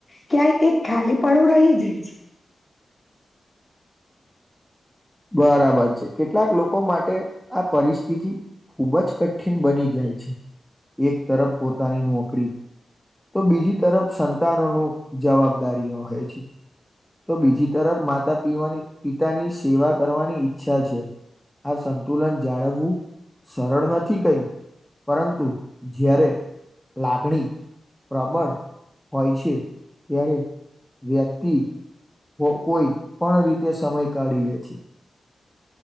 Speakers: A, on the left; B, in the centre.
A: ક્યાંય એક ખાલી પણું રહી જાય છે.
B: બરાબર છે કેટલાક લોકો માટે આ પરિસ્થિતિ ખૂબ જ કઠિન બની જાય છે એક તરફ પોતાની નોકરી તો બીજી તરફ સંતાનોનું જવાબદારીઓ હોય છે. તો બીજી તરફ માતા પીવાની પિતાની સેવા કરવાની ઈચ્છા છે. આ સંતુલન જાળવવું સરળ નથી કઈ. પરંતુ જ્યારે લાગણી. પ્રબળ હોય છે ત્યારે વ્યક્તિ કો કોઈ પણ રીતે સમય કાઢી લે છે.